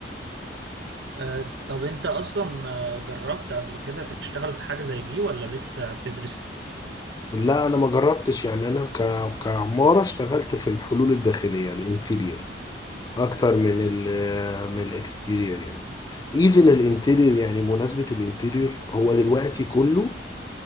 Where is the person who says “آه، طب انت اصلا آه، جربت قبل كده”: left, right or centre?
Right